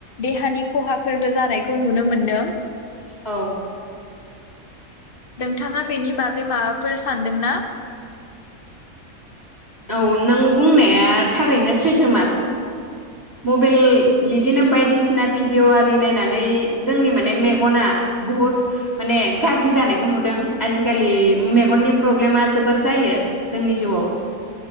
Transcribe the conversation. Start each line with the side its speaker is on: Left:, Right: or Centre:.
Left: देहानि खहाफोरबो जानायखौ नुनो मोन दों।
Right: औ
Left: नोंथाङा बेनि बागै माबाफोर सानदोंना?
Right: औ नों बुंनाया थारैनो सैथोमार। मबाइल बिदिनो बायदिसिना भिडिअ' आरि नायनानै जोंनि माने मेगना बुहुद माने गाज्रि जानायखौ नुदों। आजिखालि मेगननि प्रब्लेमा जोबोर जायो जोंनि जिउआव।